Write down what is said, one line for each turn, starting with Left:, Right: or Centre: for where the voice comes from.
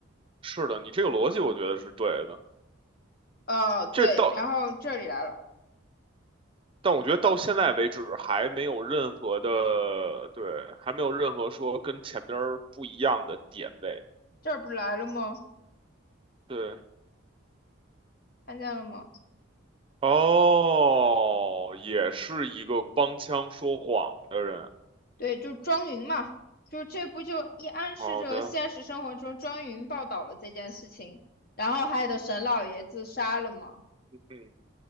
Right: 是的，你这个逻辑我觉得是对的。
Left: 哦，
Right: 这到，
Left: 对，然后这里来了，
Right: 但我觉得到现在为止还没有任何的，对，还没有任何说跟前边儿不一样的点位。
Left: 这儿不来了吗？
Right: 对，
Left: 看见了吗？
Right: 哦，也是一个帮腔说谎的人。
Left: 对，就庄云嘛，就是这不就一暗示着现实生活中庄云报道了这件事情，
Right: 好的，
Left: 然后害得沈老爷自杀了嘛，
Right: 嗯，